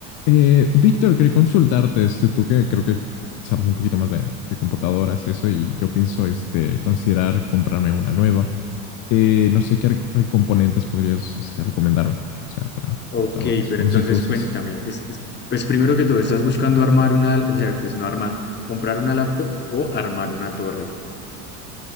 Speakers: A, on the left (about 50°); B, on the left (about 25°).
A: Eh, Víctor, quería consultarte, este, tú que creo que sabes un poquito más de, de computadoras y eso, y yo pienso, este, considerar comprarme una nueva. Eh, no sé qué rec- re- componentes podrías, este, recomendarme, o sea, para
B: Ok,
A: computadoras,
B: pero
A: o
B: entonces
A: no sé qué usas.
B: cuéntame, es- es- pues primero que todo, ¿estás buscando armar una, o sea, pues no armar, comprar una laptop o armar una torre?